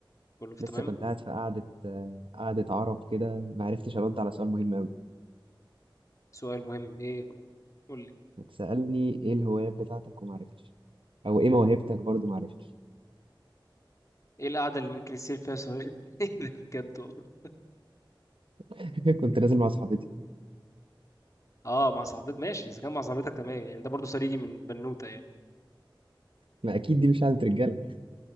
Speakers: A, on the left; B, on the right.
A: كله في
B: لسه
A: تمام
B: كنت قاعد في قعده آه، قعده عرب كده ما عرفتش ارد على سؤال مهم قوي
A: سؤال مهم ايه قول لي
B: بتسالني ايه الهوايات بتاعتك وما عرفتش او ايه موهبتك برضه ما عرفتش
A: ايه القعدة اللي ممكن يصير فيها سؤال <laughs> ايه ده بجد والله.
B: <laughs> كنت نازل مع صاحبتي
A: اه مع صاحبتك ماشي اذا كان مع صاحبتك تمام يعني انت برضه سليجي من بنوتة يعني
B: ما اكيد دي مش قعده رجاله